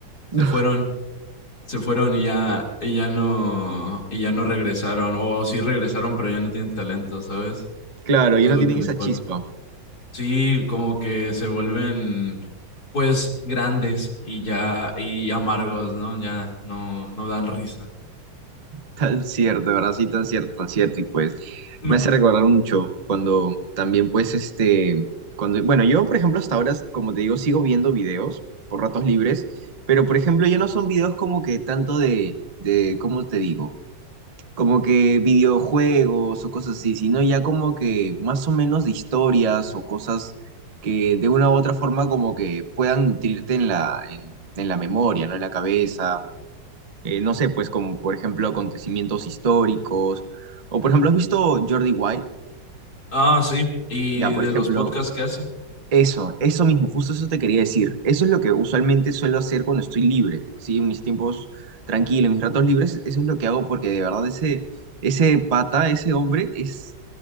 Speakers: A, on the left; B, on the right.
A: se
B: <laughs>
A: fueron, se fueron y ya, y ya no, y ya no regresaron. O sí regresaron, pero ya no tienen talento, ¿sabes?
B: Claro, ya
A: Eso
B: no
A: es lo
B: tienen
A: que les
B: esa
A: pasa.
B: chispa.
A: Sí, como que se vuelven pues grandes y ya, y amargos, ¿no? Ya no, no dan risa.
B: Tan cierto, de verdad, sí, tan cierto, tan cierto. Y pues
A: Me-
B: me hace recordar mucho cuando también, pues, este, cuando, bueno, yo, por ejemplo, hasta ahora, como te digo, sigo viendo videos por ratos libres, pero, por ejemplo, ya no son videos como que tanto de, de, ¿cómo te digo? como que videojuegos o cosas así, sino ya como que más o menos de historias o cosas que de una u otra forma como que puedan nutrirte en la, en, en la memoria, ¿no? En la cabeza. Eh, no sé, pues como por ejemplo acontecimientos históricos. O por ejemplo, ¿has visto Jordi White?
A: Ah, sí. ¿Y
B: Ya, por
A: de
B: ejemplo,
A: los podcasts que hace?
B: eso, eso mismo, justo eso te quería decir. Eso es lo que usualmente suelo hacer cuando estoy libre, así en mis tiempos tranquilos, en mis ratos libres, eso es lo que hago porque de verdad ese, ese pata, ese hombre es,